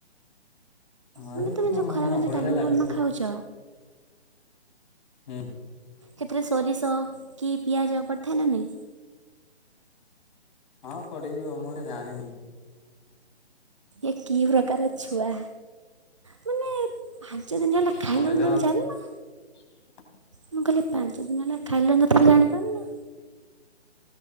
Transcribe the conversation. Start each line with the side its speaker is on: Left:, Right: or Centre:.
Left: ହଁ
Right: ମାନେ ତୁମେ ଯେଉଁ ଖରାବେଳେ
Left: ଅଭଢାରେ
Right: ଯେଉଁ ଡାଲମା
Left: ଲାଗୁଛି।
Right: ଫାଲମା ଖାଉଛ
Left: ହୁଁ।
Right: ସେଥିରେ ସୋରିଷ। କି ପିଆଜ ପଥାନନି।
Left: ହଁ ପଢିଯିବ ମୁଁ ଗୋଟେ ଜାଣିନି। ହୁଁ।
Right: ଇ କି ପ୍ରକାର ଛୁଆ। ମାନେ ପାଞ୍ଚ ଦିନ ହେଲା ଖାଇଲଣି
Left: କହିଲ
Right: ତମେ ଜାଣିନ।
Left: <inaudible>
Right: ମୁଁ କହିଲି ପାଞ୍ଚ ଦିନ ହେଲା ଖାଇଲନି ତଥାପି ଜାଣିପାରୁନ।